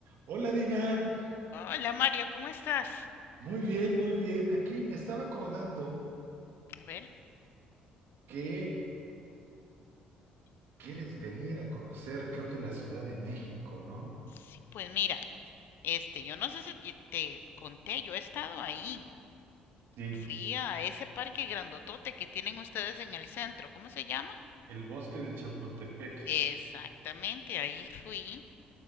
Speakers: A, on the right (about 60°); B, on the left (about 60°).
A: Hola Dina,
B: Hola Mario, ¿cómo estás?
A: muy bien, muy bien. Aquí me estaba acordando
B: A ver,
A: que quieres venir a conocer, creo que la Ciudad de México, ¿no?
B: sí, pues mira, este, yo no sé si te- te conté, yo he estado ahí.
A: Sí,
B: Fui a ese parque grandotote que tienen ustedes en el centro, ¿cómo se llama?
A: el bosque de Chapultepec,
B: Exactamente, ahí fui